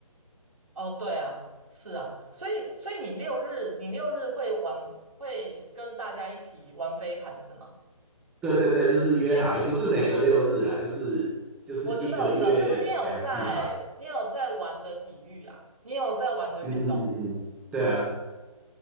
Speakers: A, on the right (about 70°); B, in the centre.
A: 哦，对啊，是啊，所以所以你六日你六日会玩，会跟大家一起玩飞盘是吗？
B: 对对对，就是约好，
A: 其实
B: 也不是每隔六日啊，就是就是一个月两次吧。
A: 我知道，我知道，就是你有在你有在玩的体育啊，你有在玩的运动，
B: 嗯嗯嗯嗯，对啊，